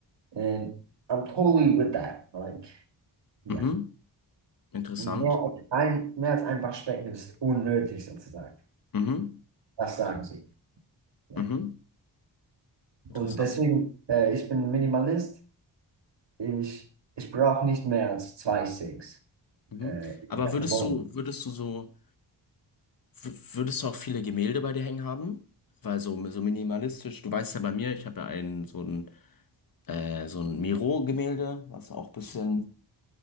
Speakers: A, on the right; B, on the left.
A: And I'm totally with that. Like, yeah.
B: mhm. Interessant.
A: Mehr als ein, mehr als ein Waschbecken ist unnötig sozusagen.
B: Mhm.
A: Das sagen sie. Ja.
B: Mhm. Interessant.
A: Und deswegen, äh, ich bin Minimalist. Ich, ich brauche nicht mehr als zwei Sinks
B: Mhm.
A: äh, in
B: Aber
A: der ganzen
B: würdest
A: Wohnung.
B: du, würdest du so, w- würdest du auch viele Gemälde bei dir hängen haben? Weil so, so minimalistisch, du weißt ja bei mir, ich habe ja einen, so ein, äh, so ein Miro-Gemälde, was auch ein bisschen